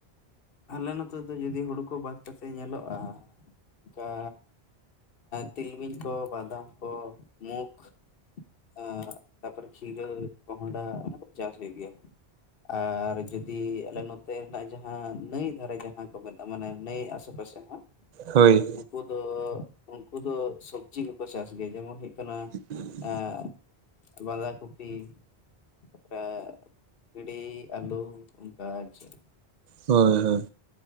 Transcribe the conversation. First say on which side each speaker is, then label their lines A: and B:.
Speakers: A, on the left (about 60°); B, on the right (about 50°).
A: ᱟᱞᱮ ᱱᱚᱛᱮ ᱫᱚ ᱡᱩᱫᱤ ᱦᱩᱲᱩ ᱠᱚ ᱵᱟᱫᱽ ᱠᱟᱛᱮᱫ ᱧᱮᱞᱚᱜ-ᱟ ᱚᱱᱠᱟ ᱛᱤᱞᱢᱤᱧ ᱠᱚ, ᱵᱟᱫᱟᱢ ᱠᱚ, ᱢᱩᱠᱷ ᱟᱸ ᱛᱟᱨᱯᱚᱨ ᱠᱷᱤᱨᱟᱹ, ᱠᱚᱸᱦᱚᱸᱰᱟ ᱚᱱᱟ ᱠᱚ ᱪᱟᱥ ᱦᱩᱭᱩᱜ ᱜᱮᱭᱟ᱾ ᱟᱨ ᱡᱩᱫᱤ ᱟᱞᱮ ᱱᱚᱛᱮ ᱨᱮᱱᱟᱜ ᱡᱟᱦᱟᱸ ᱱᱟᱹᱭ ᱫᱷᱟᱨᱮ ᱡᱟᱦᱟᱸ ᱠᱚ ᱢᱮᱱᱟᱜ ᱢᱟᱱᱮ ᱱᱟᱹᱭ ᱟᱥᱮ ᱯᱟᱥᱮ ᱦᱚᱸ
B: ᱦᱳᱭ᱾
A: ᱩᱱᱠᱩ ᱫᱚ ᱩᱱᱠᱩ ᱫᱚ ᱥᱚᱵᱽᱡᱤ ᱠᱚᱠᱚ ᱪᱟᱥ ᱜᱮᱭᱟ ᱾ ᱡᱮᱢᱚᱱ ᱦᱩᱭᱩᱜ ᱠᱟᱱᱟ
B: <inaudible>
A: ᱮᱸ ᱵᱟᱸᱫᱷᱟ ᱠᱚᱯᱤ ᱛᱟᱯᱚᱨᱮ ᱵᱷᱤᱰᱤ, ᱟᱹᱞᱩ ᱚᱱᱠᱟ ᱪᱮ
B: ᱦᱳᱭ ᱦᱳᱭ